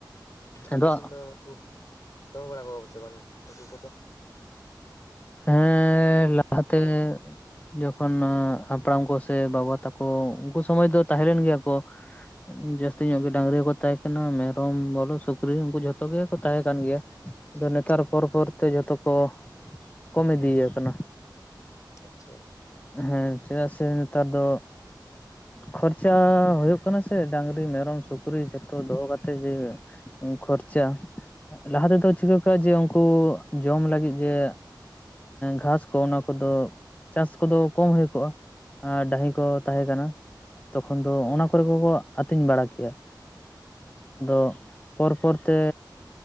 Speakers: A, on the left (about 20°); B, on the left (about 45°).
A: ᱟᱫᱚ
B: ᱟᱯᱮ ᱥᱮᱱ ᱫᱚ ᱱᱩᱠᱩ ᱫᱚᱦᱚ ᱵᱟᱲᱟ ᱠᱚᱣᱟ ᱯᱮ ᱥᱮ ᱵᱟᱝ ᱱᱠᱩ ᱠᱚᱫᱚ
A: ᱦᱮᱸ ᱞᱟᱦᱟ ᱛᱮ ᱡᱚᱠᱷᱚᱱ ᱦᱟᱯᱲᱟᱢ ᱠᱚ ᱥᱮ ᱵᱟᱵᱟ ᱛᱟᱠᱚ ᱩᱱᱠᱩ ᱥᱚᱢᱚᱭ ᱫᱚ ᱛᱟᱦᱮᱸ ᱞᱮᱱ ᱜᱮᱭᱟ ᱠᱚ ᱡᱟᱹᱥᱛᱤ ᱧᱚᱜ ᱜᱮ ᱰᱟᱝᱨᱤ ᱦᱚᱸᱠᱚ ᱛᱟᱦᱮᱸ ᱠᱟᱱᱟ ᱢᱮᱨᱚᱢ ᱵᱚᱞᱚ ᱥᱩᱠᱨᱤ ᱩᱱᱠᱩ ᱡᱷᱚᱛᱚ ᱜᱮᱠᱚ ᱛᱟᱦᱮᱸ ᱠᱟᱱ ᱜᱮᱭᱟ ᱟᱫᱚ ᱱᱮᱛᱟᱨ ᱯᱚᱨ ᱯᱚᱨ ᱛᱮ ᱡᱚᱛᱚ ᱠᱚ ᱠᱚᱢ ᱤᱫᱤᱭ ᱟᱠᱟᱱᱟ
B: ᱟᱪᱷᱟ
A: ᱦᱮᱸ ᱪᱮᱫᱟᱜ ᱥᱮ ᱱᱮᱛᱟᱨ ᱫᱚ ᱠᱷᱚᱨᱪᱟ ᱦᱚᱭᱚᱜ ᱠᱟᱱᱟ ᱥᱮ ᱰᱟᱝᱨᱤ ᱢᱮᱨᱚᱢ ᱥᱩᱠᱨᱤ ᱡᱷᱚᱛᱚ ᱫᱚᱦᱚ ᱠᱟᱛᱮ ᱡᱮᱭ ᱚᱭᱚᱜᱼᱟ ᱠᱷᱚᱨᱪᱟ ᱞᱟᱦᱟ ᱛᱮᱫᱚ
B: ᱦᱩᱸ
A: ᱪᱤᱠᱟ ᱠᱟᱜ ᱡᱮ ᱩᱱᱠᱩ ᱡᱚᱢ ᱞᱟᱜᱤᱫ ᱡᱮ ᱜᱷᱟᱥ ᱠᱚ ᱚᱱᱟ ᱠᱚᱫᱚ ᱪᱟᱥ ᱠᱚᱫᱚ ᱠᱚᱢ ᱦᱩᱭ ᱠᱚᱜᱼᱟ ᱟᱨ ᱰᱟᱦᱤ ᱠᱚ
B: ᱦᱩᱸ
A: ᱛᱟᱦᱮᱸ ᱠᱟᱱᱟ ᱛᱚᱠᱷᱚᱱ ᱫᱚ
B: ᱦᱳᱭ
A: ᱚᱱᱟ ᱠᱚᱨᱮ ᱠᱚ ᱠᱚ ᱟᱛᱤᱧ ᱵᱟᱲᱟ ᱠᱮᱭᱟ ᱫᱚ ᱯᱚᱨ ᱯᱚᱨ ᱛᱮ